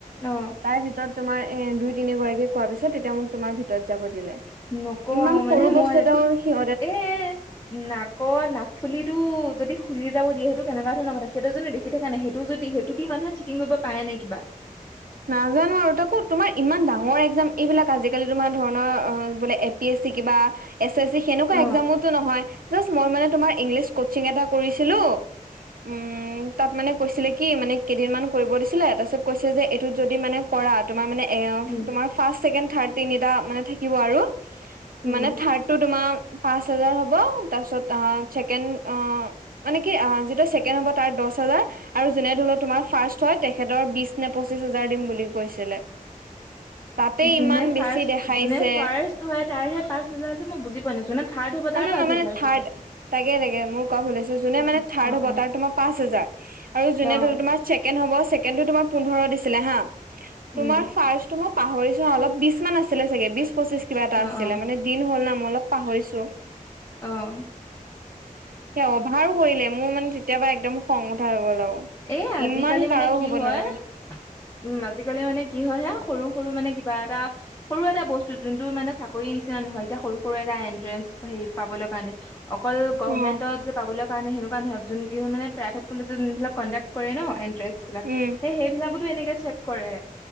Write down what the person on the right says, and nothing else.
তাৰ ভিতৰত তোমাৰ এ দুই তিনি গৰাকী কোৱা পিছত তেতিয়া মোক তোমাৰ ভিতৰত যাব দিলে।
ইমান
সৰু
বস্তু
এটা
নাজানো আৰু তাকো তোমাৰ ইমান ডাঙৰ একজাম এইবিলাক আজিকালি তোমাৰ ধৰণৰ অ বোলে এ পি এ কিবা এছ এছ চি সেনেকুৱা
একজামোটো নহয় জাষ্ট মই মানে তোমাৰ ইংলিছ কচিং এটা কৰিছিলো। উম তাত মানে কৈছিলে কি মানে কেইদিন মান কৰিব দিছিলে তাৰপিছত কৈছে যে এইটোত যদি মানে কৰা তোমাৰ মানে এ
তোমাৰ ফাৰ্ষ্ট ছেকেণ্ড থাৰ্ড তিনিটা মানে থাকিব আৰু।
মানে থাৰ্ডটো তোমাৰ পাচ হাজাৰ হব তাৰপিছত অ ছেকেণ্ড অ মানে কি যিটো চছেকেণ্ড হব তাৰ দহ দচ হাজাৰ আৰু যোনে ধৰিলোৱা তোমাৰ ফাৰ্ষ্ট হয় তেখেতৰ বিছ নে পঁচিশ হাজাৰ দিম বুলি কৈছিলে। তাতে
ইমান
বেছি দেখাইছে
অ
নাই
নাই মানে
থাৰ্ড
তাকে তাকে মোৰ কোৱা ভুল হৈছে যোনে
মানে থাৰ্ড
হ'ব
তাৰ তোমাৰ পাঁচ হাজাৰ। আৰু যোনে
ধৰি তোমাৰ চেকেণ্ড হ'ব ছেকেণ্ডটো তোমাৰ পোন্ধৰ দিছিলে হা
তোমাৰ ফাৰ্ষ্টটো মই পাহৰিছোহা অলপ বিশ মান আছিলে চাগে বিচ প্ৰচেষ্ট কিবা এটা
আছিলে
মানে দিন হ'ল না মই অলপ পাহৰিছোঁ।
সেই অভাৰো কৰিলে মোৰ মানে তেতিয়া পৰা একদম খং উঠা হৈ গ'ল আৰু
ইমান কাৰোঁ
হ'ব
নালাগে।
অ
উম